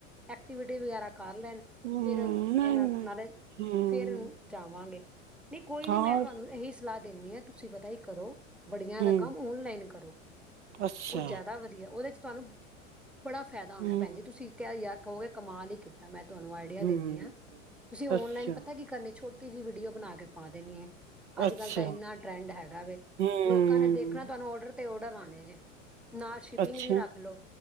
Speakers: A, in the centre; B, on the right.
A: ਐਕਟੀਵਿਟੀ ਵਗੈਰਾ ਕਰ ਲੈਣ
B: ਹੂੰ,
A: ਫਿਰ
B: ਨਹੀਂ
A: ਇਹਨਾਂ
B: ਨਹੀਂ
A: ਨਾਲੇ
B: ਹੂੰ,
A: ਫਿਰ ਜਾਵਾਂਗੇ। ਨਹੀਂ ਕੋਈ
B: ਹਾਂ
A: ਨੀ ਮੈਂ ਤੁਹਾਨੂੰ ਇਹੀ ਸਲਾਹ ਦਿੰਦੇ ਹਾਂ ਤੁਸੀਂ ਪਤਾ ਕੀ ਕਰੋ ਵੜੀਆਂ
B: ਹੂੰ,
A: ਦਾ ਕੰਮ ਓਨਲਾਈਨ ਕਰੋ।
B: ਅੱਛਾ
A: ਉਹ ਜ਼ਿਆਦਾ ਵਧੀਆ ਉਹਦੇ ਚ ਤੁਹਾਨੂੰ ਬੜਾ ਫਾਇਦਾ ਹੋਣਾ
B: ਹੂੰ,
A: ਭੈਣ ਜੀ ਤੁਸੀਂ ਕਯਾ ਯਾਦ ਕਹੋਗੇ ਕਮਾਲ ਹੀ ਕੀਤੀ। ਮੈਂ ਤੁਹਾਨੂੰ ਆਈਡੀਆ
B: ਹੂੰ,
A: ਦਿੰਦੀ ਹਾਂ ਤੁਸੀਂ ਓਨਲਾਈਨ
B: ਅੱਛਾ
A: ਪਤਾ ਕੀ ਕਰਨੀ ਛੋਟੀ ਜੀ ਵੀਡੀਓ ਬਣਾ ਕੇ ਪਾ ਦੇਣੀ ਐ। ਅੱਜ
B: ਅੱਛਾ
A: ਕੱਲ ਤਾਂ ਇੰਨਾ ਟਰੈਂਡ ਹੈਗਾ ਵੇ
B: ਹੂੰ,
A: ਲੋਕਾਂ ਨੇ ਦੇਖਣਾ ਤੁਹਾਨੂੰ ਔਡਰ ਤੇ ਔਡਰ ਆਣੇ ਜੇ। ਨਾਲ ਸ਼ਿਪਿੰਗ
B: ਅੱਛਾ,
A: ਵੀ ਰੱਖ ਲਓ